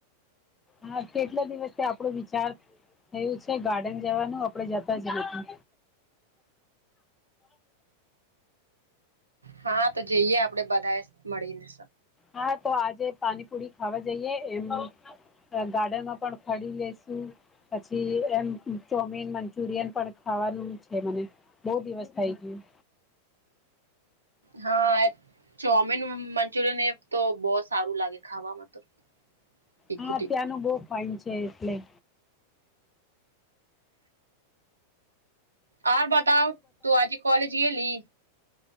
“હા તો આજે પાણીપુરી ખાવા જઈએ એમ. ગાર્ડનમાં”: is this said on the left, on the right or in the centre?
Left